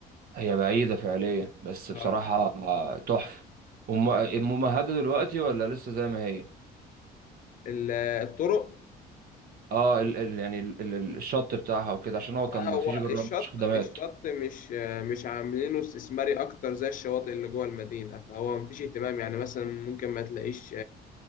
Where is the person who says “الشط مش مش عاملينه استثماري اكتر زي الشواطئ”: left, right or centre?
Left